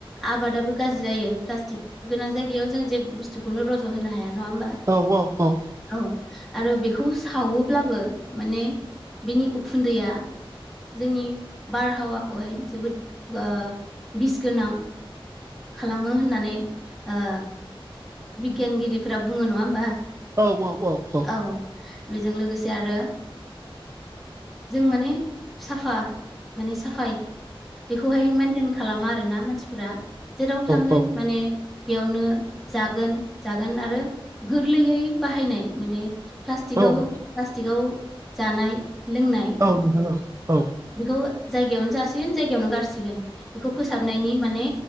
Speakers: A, in the centre; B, on the right (about 30°).
A: आबादाबो गाज्रि जायो प्लास्टिक गोनां जायगायाव जों जेबो बुस स्थुखौनो रज' होनो हाया नङा होमबा।
B: औ औ औ
A: औ आरो बेखौ सावोब्लाबो माने बिनि उखुन्दैया जोंनि बारहावाखौहाय जोबोद ओ बिस गोनां खालामो होननानै ओ बिगियानगिरिफोरा बुङो नङा होमबा?
B: औ औ औ औ
A: औ बेजों लोगोसे आरो जों माने साफा माने साफाय बेखौहाय मेेनटेन खालामा आरोना मानसि फोरा जेराव थांगोन
B: औ
A: माने बेयावनो जागोन जागोन आरो गोरलैयै बाहायनाय माने प्लास्टिकआव
B: औ औ
A: प्लास्टिकआव जानाय लोंनाय
B: औ नोंथां औ
A: बेखौ जायगायावनो जासिगोन जायगायावनो गारसिगोन बेखौ फोसाबनायनि माने